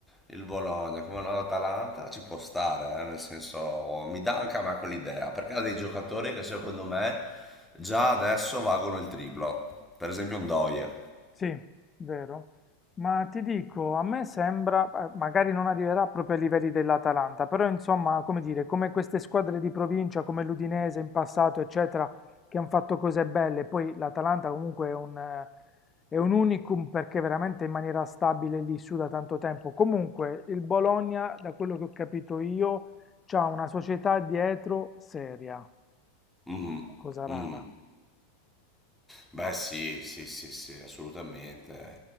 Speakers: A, in the centre; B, on the left (about 20°).
A: il Bologna come l'Atalanta ci può stare, eh, nel senso mi dà anche a me quell'idea, perché ha dei giocatori che secondo me già adesso valgono il triplo. Per esempio un Ndoye.
B: Sì, vero. Ma ti dico, a me sembra, eh, magari non arriverà proprio ai livelli dell'Atalanta, però insomma, come dire, come queste squadre di provincia, come l'Udinese in passato, eccetera, che hanno fatto cose belle, poi l'Atalanta comunque è un, eh, è un unicum perché veramente in maniera stabile lì su da tanto tempo. Comunque, il Bologna, da quello che ho capito io, c'ha una società dietro seria,
A: Mhm,
B: cosa rara.
A: mhm. Beh, sì, sì, sì, sì, assolutamente.